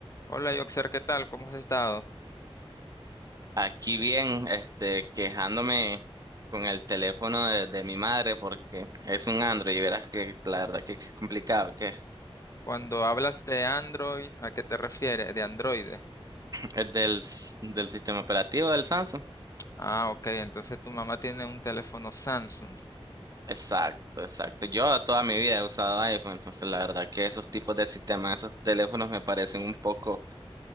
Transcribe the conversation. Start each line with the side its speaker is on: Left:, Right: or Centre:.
Left: Hola, Yoxer, ¿qué tal? ¿Cómo has estado?
Right: Aquí bien, este, quejándome con el teléfono de, de mi madre porque es un Android y verás que la verdad que, que es complicado, que
Left: Cuando hablas de Android, ¿a qué te refieres? De Android.
Right: es del, s- del sistema operativo del Samsung.
Left: Ah, ok, entonces tu mamá tiene un teléfono Samsung.
Right: Exacto, exacto. Yo toda mi vida he usado iPhone, entonces la verdad que esos tipos de sistemas, esos teléfonos me parecen un poco